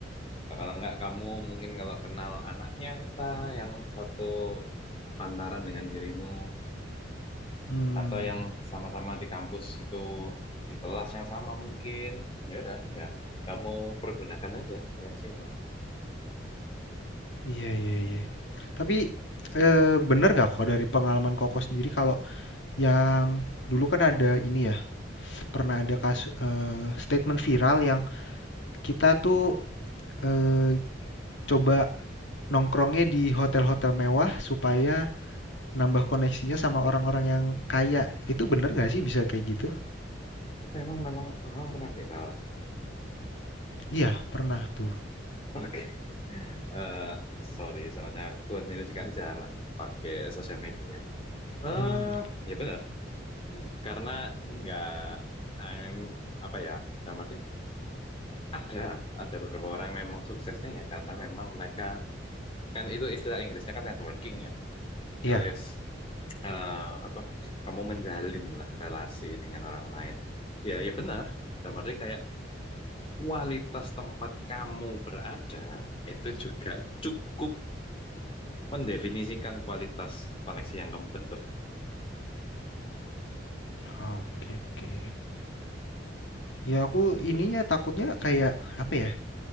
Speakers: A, on the left (about 30°); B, on the left (about 75°).
A: Nah, Kalau enggak kamu mungkin kalau kenal anaknya kita yang satu pantaran dengan dirimu,
B: Hmm,
A: atau yang sama-sama di kampus itu di kelas yang sama mungkin ya udah ya kamu pergunakan aja koneksimu
B: iya iya iya. Tapi eh, bener nggak kok dari pengalaman Koko sendiri kalau yang dulu kan ada ini ya pernah ada kasus eh, statement viral yang kita tuh eh, coba nongkrongnya di hotel-hotel mewah supaya nambah koneksinya sama orang-orang yang kaya. Itu bener gak sih bisa kayak gitu?
A: itu emang memang orang pernah di kelas
B: Iya, pernah tuh.
A: <laughs> oke Eh, sorry soalnya gue sendiri juga jarang pakai sosial media eh
B: Hmm,
A: ya benar karena nggak I'm apa ya dalam arti ada ada beberapa orang yang memang suksesnya ya karena memang mereka kan itu istilah Inggrisnya kan networking ya
B: Iya.
A: alias eh, apa kamu menjalin lah relasi dengan orang lain. Ya, ya benar. Dan berarti kayak kualitas tempat kamu berada itu juga cukup mendefinisikan kualitas koneksi yang kamu bentuk.
B: Oke, oke. Ya aku
A: Gitu.
B: ininya takutnya kayak apa ya?